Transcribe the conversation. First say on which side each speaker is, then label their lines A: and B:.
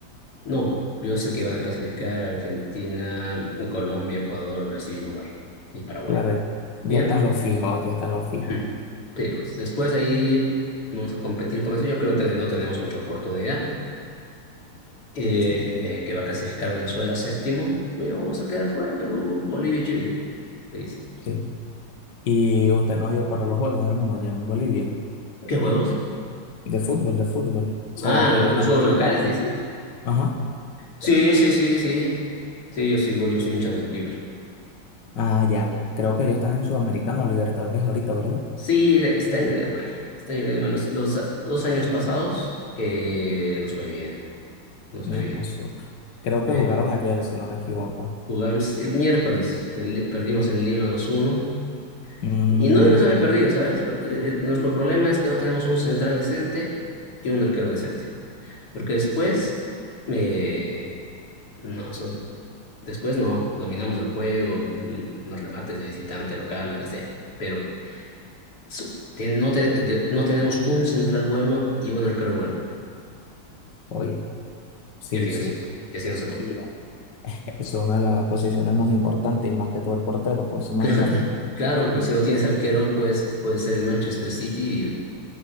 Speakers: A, on the left; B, on the left.
A: No, yo sé que van a clasificar a Argentina, Colombia, Ecuador, Brasil, Uruguay y Paraguay.
B: claro, ya
A: ¿Ya?
B: están los fijos, ya están los fijos.
A: <clears throat> Sí, pues después ahí vamos a competir con eso. Yo creo que no tenemos mucha oportunidad. Eh,
B: Sí,
A: que va a clasificar Venezuela séptimo. Bueno, vamos a quedar fuera, Perú, Bolivia y Chile. Listo.
B: sí. Y usted no dio para los juegos, hermano, allá en Bolivia.
A: ¿Qué juegos?
B: De fútbol, de fútbol. O
A: Ah,
B: sea,
A: ¿los
B: de la
A: juegos
B: liga.
A: locales, dices?
B: Ajá.
A: Sí, sí, sí, sí. Sí, yo sigo, yo soy hincha del Bolívar.
B: Ah, ya, ya. Creo que ellos están en Sudamericano, Libertadores ahorita, ¿verdad?
A: Sí, le- este año le ha ido mal. Este año le ha ido mal. Los, los a- dos años pasados eh, nos fue bien. Nos
B: No,
A: fue bien.
B: a su- Creo
A: Eh,
B: que jugaron ayer, si no me equivoco.
A: jugamos el miércoles. en Li- perdimos en Lima dos uno
B: Mm,
A: Y no debemos haber perdido, ¿sabes? Lo- le- el- nuestro problema es que no tenemos un central decente y un arquero decente. Porque después, eh, no, son, después no, dominamos el juego, mm, los remates de visitante, local, lo que sea. Pero su- ten- no, ten- de- no tenemos un central bueno y un arquero bueno.
B: Oye, sí,
A: Y así
B: sí.
A: no, se- y así no se puede.
B: Y eso es una de las posiciones más importantes y más que todo el portero, pues
A: <laughs>
B: imagínate,
A: Claro, claro, pues si no tienes arquero, pues puede ser el Manchester City